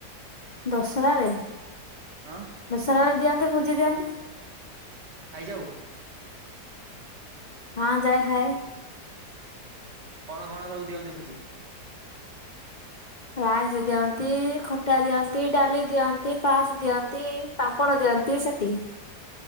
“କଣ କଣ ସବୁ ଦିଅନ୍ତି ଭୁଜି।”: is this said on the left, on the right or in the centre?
Right